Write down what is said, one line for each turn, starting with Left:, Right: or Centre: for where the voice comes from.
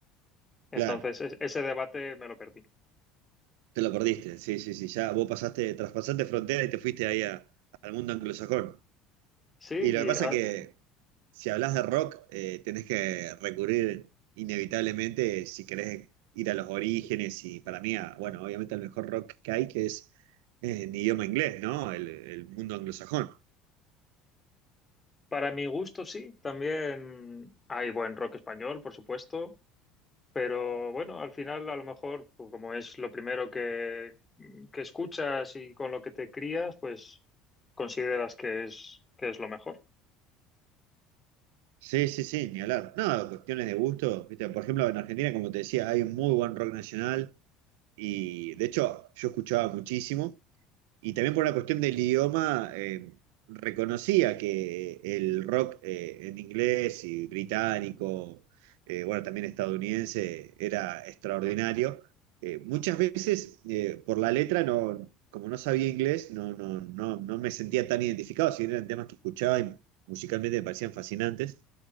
Left: Entonces,
Right: Claro,
Left: es- ese debate me lo perdí.
Right: te lo perdiste, sí, sí, sí, ya vos pasaste, traspasaste frontera y te fuiste ahí a- al mundo anglosajón.
Left: Sí, y
Right: Y lo que pasa
Left: ah,
Right: que si hablas de rock, eh, tenés que recurrir inevitablemente si querés ir a los orígenes y para mí, a- bueno, obviamente el mejor rock que hay, que es eh, en idioma inglés, ¿no? El, el mundo anglosajón.
Left: para mi gusto sí, también hay buen rock español, por supuesto. Pero bueno, al final a lo mejor, pues, como es lo primero que, que escuchas y con lo que te crías, pues consideras que es, que es lo mejor.
Right: Sí, sí, sí, ni hablar. No, cuestiones de gusto, ¿viste? Por ejemplo, en Argentina, como te decía, hay un muy buen rock nacional y de hecho yo escuchaba muchísimo. Y también por una cuestión del idioma, eh, reconocía que el rock eh, en inglés y británico, eh, bueno, también estadounidense, era extraordinario. Eh, muchas veces eh, por la letra, no, como no sabía inglés, no, no, no, no me sentía tan identificado, si bien eran temas que escuchaba y musicalmente me parecían fascinantes.